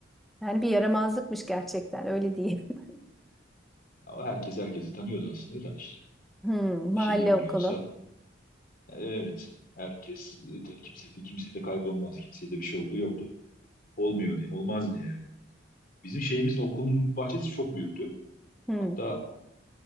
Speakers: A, in the centre; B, on the left.
A: Yani bir yaramazlıkmış gerçekten öyle diyeyim. <laughs>
B: Ama herkes herkesi tanıyordu aslında da işte.
A: Hmm,
B: Şehir
A: mahalle
B: bile
A: okulu.
B: olsa. "E, Evet. Herkes e, tan- kimse de, kimse de kaybolmaz. Kimseye de bir şey olduğu yoktu. Olmuyordu. Olmazdı yani. Bizim şeyimiz de okulun bahçesi çok büyüktü.
A: Hmm,
B: Hatta